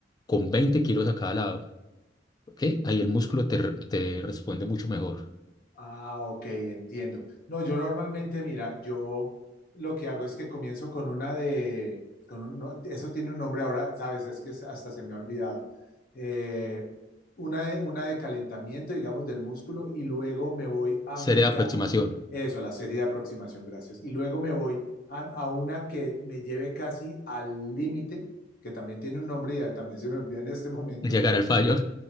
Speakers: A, on the left (about 20°); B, on the left (about 50°).
A: con 20 kilos a cada lado. ¿Ok? Ahí el músculo te, re- te responde mucho mejor.
B: Ah, ok, entiendo. No, yo normalmente, mira, yo lo que hago es que comienzo con una de, con un- no, eso tiene un nombre ahora, sabes, es que hasta se me ha olvidado. Eh, una de, una de calentamiento, digamos, del músculo y luego me voy a
A: Serie
B: mi,
A: de
B: ca-
A: aproximación,
B: eso, la serie de aproximación, gracias. Y luego me voy a, a una que me lleve casi al límite, que también tiene un nombre y ya también se me olvida en este momento
A: llegar al fallo.